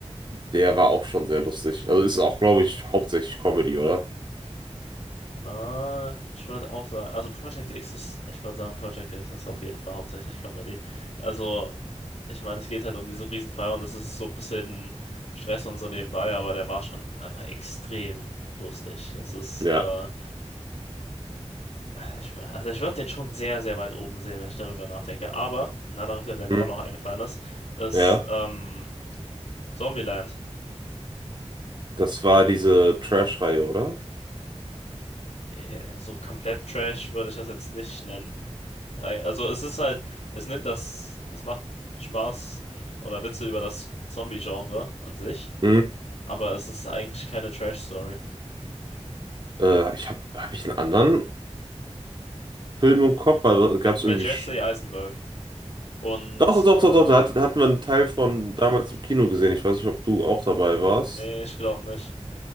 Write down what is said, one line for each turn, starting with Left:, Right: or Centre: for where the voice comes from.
Right: Der war auch schon sehr lustig. Also ist auch, glaube ich, hauptsächlich Comedy, oder?
Left: äh, ich würde auch sagen, also Project X ist, ich würde sagen, Project X ist auf jeden Fall hauptsächlich Comedy. Also, ich meine, es geht halt um diese Riesenfeier und das ist so ein bisschen Stress und so nebenbei, aber der war schon einfach extrem lustig. Das ist,
Right: Ja.
Left: äh, ich, also ich würde den schon sehr, sehr weit oben sehen, wenn ich darüber nachdenke. Aber ein anderer Film, der mir
Right: Hm.
Left: auch noch eingefallen ist, ist
Right: Ja.
Left: ähm, Zombieland.
Right: Das war diese Trash-Reihe, oder?
Left: Eh, So komplett Trash würde ich das jetzt nicht nennen. Ei, Also es ist halt, es nimmt das, es macht Spaß <laughs> oder Witze über das Zombie-Genre an sich,
Right: Hm.
Left: aber es ist eigentlich keine Trash-Story.
Right: Äh, ich habe hab hab ich einen anderen Film im Kopf, weil da
Left: Mit,
Right: gab es
Left: mit
Right: irgendwie.
Left: Jesse
Right: Sch-
Left: Eisenberg und,
Right: Doch, doch,
Left: äh,
Right: doch, doch, da hat, hatten wir einen Teil von
Left: und
Right: damals im Kino gesehen. Ich weiß nicht, ob du auch dabei
Left: nee,
Right: warst.
Left: ich glaube nicht.